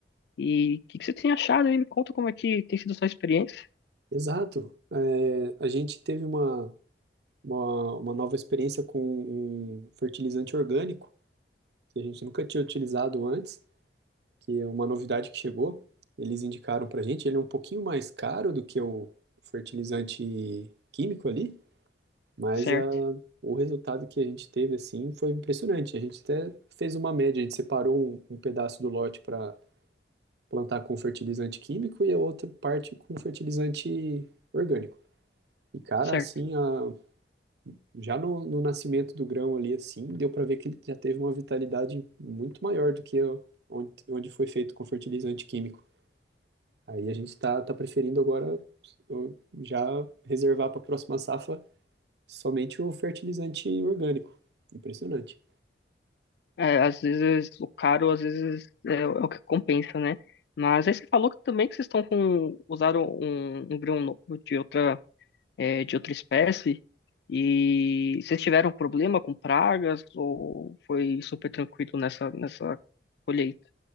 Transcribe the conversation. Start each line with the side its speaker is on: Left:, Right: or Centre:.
Left: E o que, que você tem achado aí? Me conta como é que tem sido a sua experiência.
Right: Exato. É, a gente teve uma, uma, uma nova experiência com um fertilizante orgânico, que a gente nunca tinha utilizado antes, que é uma novidade que chegou. Eles indicaram pra gente, ele é um pouquinho mais caro do que o fertilizante químico ali, mas
Left: Certo,
Right: a, o resultado que a gente teve, assim, foi impressionante. A gente até fez uma média, a gente separou um, um pedaço do lote para plantar com fertilizante químico e a outra parte com fertilizante orgânico. E, cara,
Left: certo.
Right: assim, a, já no, no nascimento do grão ali, assim, deu para ver que ele já teve uma vitalidade muito maior do que a- onde, onde foi feito com fertilizante químico. Aí a gente tá, tá preferindo agora uh, já reservar para a próxima safra somente o fertilizante orgânico. Impressionante.
Left: É, às vezes o caro, às vezes é, o é o que compensa, né? Mas aí você falou que também que vocês estão com usaram um, um grão novo de outra é, de outra espécie e vocês tiveram problema com pragas ou foi super tranquilo nessa nessa colheita,